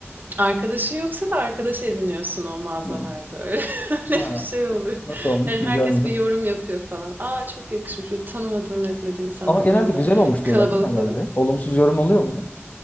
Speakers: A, on the right; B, on the left.
A: Arkadaşın yoksa da arkadaş ediniyorsun o mağazalarda.
B: Hı.
A: Öyle, <laughs> öyle
B: Ha,
A: bir şey oluyor.
B: nasıl olmuş
A: Yani herkes
B: güzel mi?
A: bir yorum yapıyor falan. Aa çok yakışmış. Böyle tanımadığın etmediğin insanlar
B: Ama genelde
A: da orada
B: güzel olmuş
A: kalabalık
B: diyorlar değil mi herhalde?
A: oluyor ya.
B: Olumsuz yorum oluyor mu?